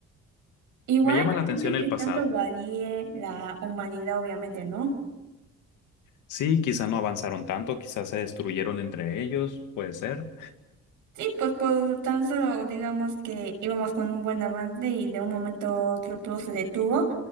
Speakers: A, on the right (about 85°); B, on the left (about 85°).
A: Igual
B: Me llama
A: depende
B: la atención
A: de qué
B: el
A: tanto
B: pasado.
A: varíe la humanidad, obviamente, ¿no?
B: Sí, quizá no avanzaron tanto, quizás se destruyeron entre ellos, puede ser.
A: Sí, pues por tan solo digamos que íbamos con un buen avance y de un momento a otro todo se detuvo